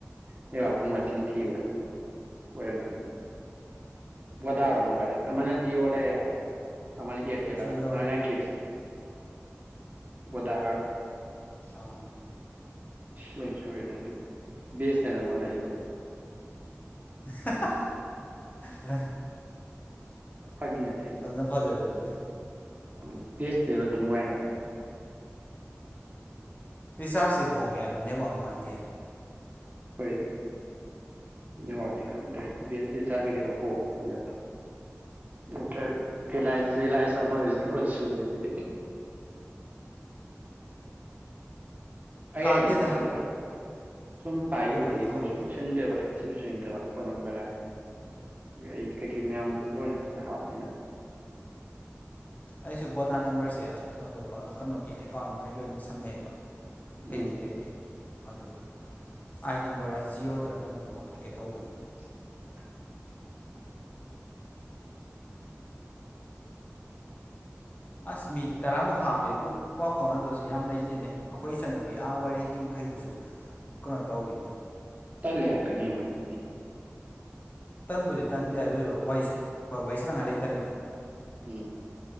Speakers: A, on the right; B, on the left.
A: ꯅꯦꯠꯋꯥꯛ ꯐꯪꯕꯒꯤ ꯁꯨꯝ ꯊꯕꯗ ꯑꯣꯏꯔꯝꯒꯅꯤ ꯕꯣꯗꯥꯥꯔꯣ ꯑꯃꯅ ꯑꯃꯅ ꯖꯤꯑꯣ ꯂꯩꯔꯦ ꯑꯃꯅꯤ ꯑꯦꯔꯇꯦꯜꯂ
B: ꯖꯤꯑꯣ
A: ꯗꯕꯜ ꯅꯥꯏꯠ ꯕꯣꯗꯥꯒ
B: ꯑꯥ
A: ꯂꯣꯏ ꯁꯨꯔꯦ ꯅꯪꯒꯤ ꯕ ꯑꯦꯁ ꯑꯦꯟ ꯑꯦꯜ ꯑꯃꯒ ꯂꯩꯁꯤꯜꯂꯣ
B: ꯍꯍꯥ ꯑ
A: ꯐꯥꯒꯤ ꯅꯠꯇꯦ
B: ꯑꯗꯨꯅ ꯐꯥꯗꯣꯏꯔ ꯈꯪꯗꯦ
A: ꯎꯝ ꯕꯤ ꯑꯦꯁ ꯑꯦꯟ ꯑꯦꯜ‌ ꯁꯨ ꯅꯨꯡꯉꯥꯏ ꯍꯥꯏꯕꯅꯤ
B: ꯔꯤꯆꯥꯔꯖꯇꯤ ꯍꯣꯡꯉꯦ ꯑꯗꯨ ꯅꯦꯠꯋꯥꯛ ꯅꯨꯡꯉꯥꯏꯇꯦ
A: ꯍꯣꯏ ꯅꯦꯠꯋꯥꯛꯇꯤ ꯈꯪꯗ꯭ꯔꯦ ꯔꯤꯆꯥꯔꯖ ꯀꯩꯀꯩꯗꯤ ꯍꯣꯡꯉꯦ ꯍꯥꯏꯕꯅꯦꯕ ꯅꯠꯇ ꯔꯤꯂꯥꯏꯟꯁ ꯑꯃꯒ ꯂꯩꯁꯤꯜꯂꯣ ꯂꯣꯏ ꯁꯨꯔꯅꯤ ꯑꯗꯩ ꯑꯩ
B: ꯀꯥꯟꯗꯦꯗ
A: ꯍꯥꯏꯗꯤ ꯅꯍꯥꯟ ꯑꯣꯏ ꯁꯨꯝ ꯄꯥꯏꯈꯤꯕꯗꯒꯤꯀꯣ
B: ꯌꯥꯝꯃꯟ ꯊꯝꯃꯒꯦ
A: ꯁꯨꯛꯁꯤꯟ ꯁꯤꯟꯗꯦꯕ ꯑꯩ ꯁꯨꯛꯁꯤꯟ ꯁꯤꯟꯅꯤꯡꯗꯕ ꯐꯣꯟ ꯅꯝꯕꯔ ꯔꯥꯏ ꯑꯩ ꯀꯩꯀꯩ ꯃꯌꯥꯝ ꯂꯣꯏꯅꯁꯤꯗ ꯍꯥꯞꯄꯅꯤꯅ
B: ꯑꯩꯁꯦ ꯕꯣꯗꯥ ꯅꯝꯕꯔꯁꯦ ꯑꯇꯣꯞꯄ ꯀꯩꯅꯣꯒꯤ ꯑꯦꯀꯥꯎꯟ ꯃꯈꯩ ꯂꯣꯏꯅ ꯁꯝꯅꯩꯑꯕ
A: ꯎꯝ
B: ꯦꯡꯀꯤ ꯀꯩꯀꯦ ꯑꯗꯣ ꯑꯩꯥꯏ ꯅꯝꯕꯔ ꯖꯤꯌꯑꯣꯗꯔ ꯀꯩꯅꯣꯝꯇ ꯑꯣꯟꯊꯣꯛꯀꯦ ꯇꯧꯕꯅꯤ
A: <inaudible>
B: ꯑꯁ ꯃꯤꯗꯤ ꯇꯔꯥꯃꯨꯛ ꯍꯥꯞꯄꯦꯕꯨ ꯏꯄꯥꯎ ꯐꯥꯎꯅꯗꯣꯏꯁꯨ ꯌꯥꯝ ꯂꯩꯇꯦꯅꯦ ꯑꯩꯈꯣꯏ ꯏꯆꯟꯅꯨꯄꯤ ꯑꯥ ꯋꯥꯔꯤꯒꯤ ꯃꯈꯩꯗꯨꯁꯨ ꯀꯩꯅꯣ ꯇꯧꯔꯤꯅꯦ
A: ꯇꯜꯂꯦ ꯍꯥꯏꯔꯛꯀꯅꯤ ꯃꯣꯏꯅ ꯄꯤꯉ
B: ꯇꯟꯕꯨꯗꯤ ꯇꯟꯗꯦ ꯑꯗꯨꯏꯁꯨ ꯋꯥꯏꯁ ꯍꯣꯏ ꯋꯥꯔꯤ ꯁꯅꯉꯥꯏ ꯂꯩꯇꯕꯤꯗꯣ
A: ꯎꯝ